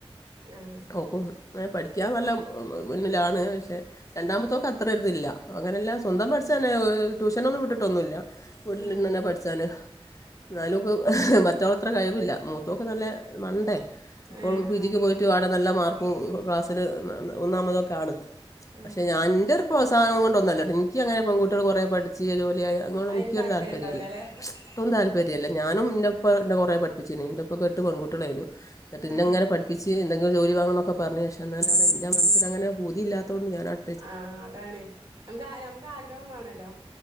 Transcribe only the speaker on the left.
ഓക്കും പഠിക്കാൻ നല്ല മുമുന്നിലാണ് പക്ഷെ. രണ്ടാമത്തെൊക്കെ അത്ര ഇരിതില്ല അങ്ങനെല്ല സ്വന്തം പഠിച്ചന്നെ ട്യൂഷനൊന്നും വിട്ടിട്ടൊന്നുല്ല
ന്നെ പഠിച്ചല് എന്നാലോക്ക് മറ്റോളത്ര കഴിവില്ല മൂത്തൊക്കെ നല്ല മണ്ടേ ഇപ്പോൾ
പി
ജിക്ക് പോയിട്ട് അടെ നല്ല മാർക്കും ക്ലാസ്സില് ഒന്നാമതൊക്കെ ആണ്
പക്ഷെ ഞാന് ന്റെ ഒരു പ്രത്സാഹനം കൊണ്ട്ന്നോല്ലട്ടോ എനിക്ക് അങ്ങനെ പെൺകുട്ടികൾ കുറെ പഠിച്ച് ജോലിയയാ അതോണ്ടൊന്നും
താല്പര്യല്യ
ഇന്ക്കും താല്പര്യല്ല്യ പര്യല്ല ഞാനും ന്നെപ്പ
കുറെ പഠിപ്പിച്ചിനി എന്റെപ്പക്ക് എട്ട് പെൺകുട്ടളായിനി ന്നട്ട്
ഇന്നങ്ങനെ പഠപ്പിച്ചി എന്തെങ്കിലും ജോലി വാങ്ങണന്നോക്കെ പറഞ്ഞഞ് പക്ഷേ എന്നാലാണ് എൻ്റെ മനസ്സിന് അങ്ങനെ പൂതിയില്ലാത്തതൊണ്ട് ഞാനങ്ങനെ